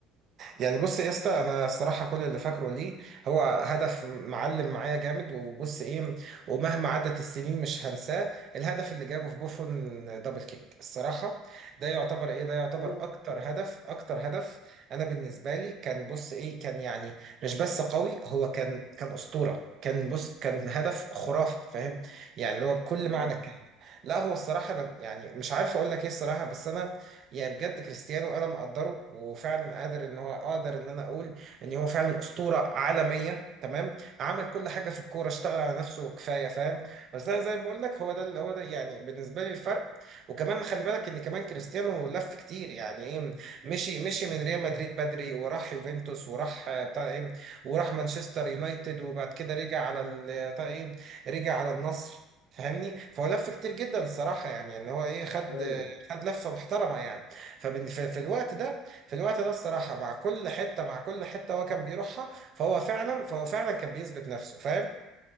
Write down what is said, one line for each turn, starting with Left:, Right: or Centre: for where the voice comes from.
Right: يعني بص يا اسطى انا الصراحه كل اللي فاكره ليه هو هدف معلم معايا جامد وبص ايه ومهما عدت السنين مش هنساه الهدف اللي جابه في بوفون دبل كيك الصراحه ده يعتبر ايه ده يعتبر
Left: اوه
Right: اكتر هدف اكتر هدف انا بالنسبه لي كان بص ايه كان يعني مش بس قوي هو كان كان اسطوره كان بص كان هدف خرافي فاهم يعني اللي هو بكل
Left: لا
Right: معنى الكلمه لا هو الصراحه انا يعني مش عارف اقول لك ايه الصراحه بس انا يعني بجد كريستيانو انا مقدره وفعلا قادر ان هو اقدر ان انا اقول ان هو فعلا اسطوره عالميه تمام عمل كل حاجه في الكوره اشتغل على نفسه كفايه فاهم بس انا زي ما بقول لك هو ده اللي هو ده يعني بالنسبه لي الفرق وكمان خلي بالك ان كمان كريستيانو لف كتير يعني ايه مشي مشي من ريال مدريد بدري وراح يوفنتوس وراح آه، بتاع ايه وراح مانشستر يونايتد وبعد كده رجع على ال- بتاع ايه رجع على النصر فاهمني فهو لف كتير جدا الصراحه يعني ان هو ايه خد
Left: ايوه
Right: خد لفه محترمه يعني ففي الوقت ده في الوقت ده الصراحه مع كل حته مع كل حته هو كان بيروحها فهو فعلا فهو فعلا كان بيثبت نفسه فاهم